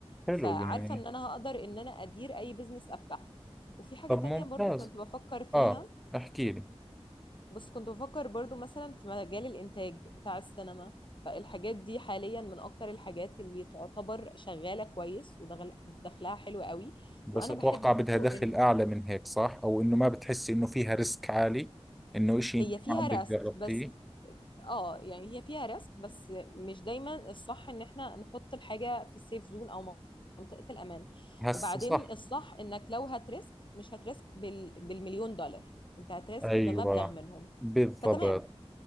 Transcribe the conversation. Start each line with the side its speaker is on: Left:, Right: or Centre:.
Centre: حلو
Left: فعارفة
Centre: يعني
Left: ان انا هقدر ان انا ادير اي بزنس افتحه وفي حاجة
Centre: طب
Left: تانية
Centre: ممتاز
Left: برضو كنت بفكر فيها
Centre: آه احكي لي
Left: بس كنت بفكر برضو مثلا في مجال الإنتاج بتاع السينما فالحاجات دي حاليا من أكتر الحاجات اللي تعتبر شغالة كويس ودخلها حلو قوي
Centre: بس
Left: وأنا
Centre: اتوقع
Left: بحب برضو
Centre: بدها دخل
Left: ال...
Centre: اعلى من هيك صح او انه ما بتحسي انه فيها ريسك عالي انه اشي انت
Left: هي فيها
Centre: ما عمرك
Left: ريسك
Centre: جربتيه
Left: بس اه يعني هي فيها ريسك بس مش دايما الصح ان احنا نحط الحاجه في السيف زون او منطقه الامان
Centre: هسه
Left: وبعدين
Centre: صح
Left: الصح انك لو هتريسك مش هتريسك بال... بالمليون دولار انت هتريسك
Centre: ايوه
Left: بمبلغ منهم
Centre: بالضبط
Left: فتمام